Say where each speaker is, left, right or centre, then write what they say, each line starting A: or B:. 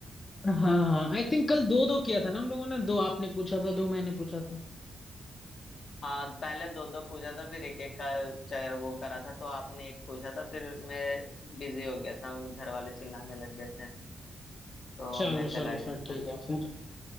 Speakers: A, on the left; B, on the left.
A: हाँ हाँ आई थिंक कल दो दो किया था ना हम लोगों ने दो आपने पूछा था दो मैंने पूछा था
B: हाँ पहले दो दो पूछा था फिर एक एक का च- वो करा था तो आपने एक पूछा था फिर मैं बिजी हो गया था घर वाले चिल्लाने लग गए थे तो
A: चलो
B: मैं चला
A: चलो
B: गया
A: फिर
B: था
A: ठीक है फिर